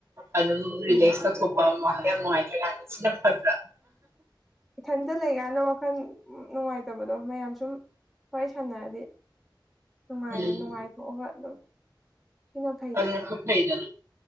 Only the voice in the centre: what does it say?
ꯎꯝ
ꯏꯊꯟꯗ ꯂꯩꯀꯥꯟꯗ ꯋꯥꯈꯜ ꯅꯨꯡꯉꯥꯏꯇꯕꯗꯣ ꯃꯌꯥꯝ ꯁꯨꯝ ꯋꯥꯔꯤ ꯁꯥꯟꯅꯔꯗꯤ ꯅꯨꯡꯉꯥꯏꯗ
ꯅꯨꯡꯉꯥꯏꯊꯣꯛꯑꯒ ꯑꯗꯨꯝ ꯁꯤꯅ ꯐꯩ